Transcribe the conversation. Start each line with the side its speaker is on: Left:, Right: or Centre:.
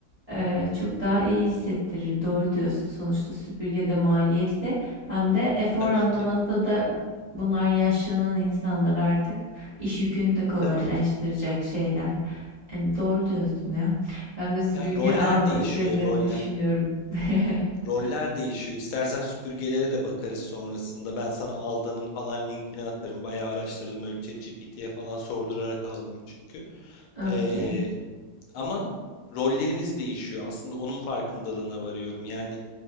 Right: eee, çok daha iyi hissettirir. Doğru diyorsun. Sonuçta süpürge de maliyetli hem de efor
Left: tabii
Right: anlamında
Left: ki.
Right: da bunlar yaşlanan insanlar artık iş yükünü de kolaylaştıracak
Left: Tabii ki.
Right: şeyler. Em, Doğru diyorsun ya. Ben de süpürge
Left: Ya roller
Right: alma
Left: değişiyor,
Right: üzerine
Left: roller.
Right: düşünüyorum. <laughs>
Left: Roller değişiyor. İstersen süpürgelere de bakarız sonrasında. Ben sana aldığımın falan linkini atarım. Bayağı araştırdım. Öyle ChatGPT'ye falan sordurarak aldım çünkü.
Right: Okey.
Left: Ee, ama rollerimiz değişiyor. Aslında onun farkındalığına varıyorum. Yani